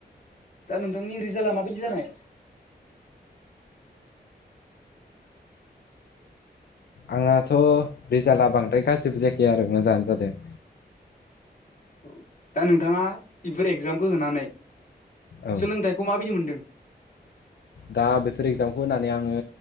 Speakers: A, on the left; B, on the left.
A: दा नोंथांनि रिजाल्टा माबायदि जानाय
B: आंनाथ' रिजाल्टआ बांद्राय गाज्रिबो जायाखै आरो मोजाङानो जादों
A: औ दा नोंथाङा बेफोर एगजामखौ होनानै
B: औ
A: सोलोंथाइखौ माबायदि मोनदों
B: दा बेफोर एग्जामखौ होनानै आङो